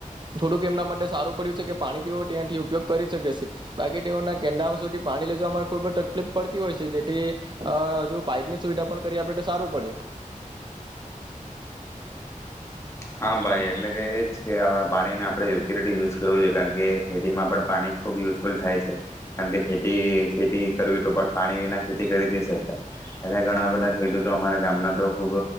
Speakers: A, on the right; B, on the left.
A: થોડુંક એમના માટે સારું પડ્યું છે કે, પાણી તેઓ ત્યાંથી ઉપયોગ કરી શકે છે. બાકી તેઓના કેંડાઓ સુધી પાણી લઈ જાવામાં ખુબ જ તકલીફ પડતી હોય શે, જેથી અ જુ પાઈપની સુવિધા પણ કરી આપે તો સારું પડે.
B: હા, ભાઈ એટલે કે એજ કે અવે પાણીને આપડે યોગ્ય રીતે યુઝ કરવું જોઈએ. કારણ કે ખેતીમાં પણ પાણી ખૂબ યૂસફુલ થાય છે. અન તે ખે તી ખેતી કરવી તો પણ પાણી વિના ખેતી કરી જ ની શકાય. એટલે ઘણા બધા ખેડૂતો અમારા ગામના તો ખૂબ